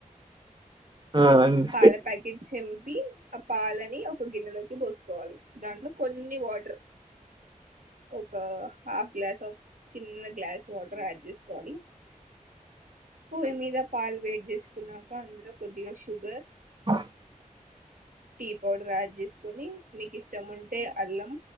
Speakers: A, on the right; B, on the right.
A: ఆ! అండి.
B: పాల ప్యాకెట్ <unintelligible> చింపి ఆ పాలని ఒక గిన్నెలోకి పోసుకోవాలి దాంట్లో కొన్ని వాటర్ ఒక హాఫ్ గ్లాస్ ఆఫ్ చిన్న గ్లాస్ వాటర్ యాడ్ చేస్కోవాలి పొయ్యి మీద పాలు వేడి చేసుకున్నాక అందులో కొద్దిగా షుగర్
A: ఆ
B: టీ పౌడర్ యాడ్ చేసుకోని మీకు ఇష్టం ఉంటే అల్లం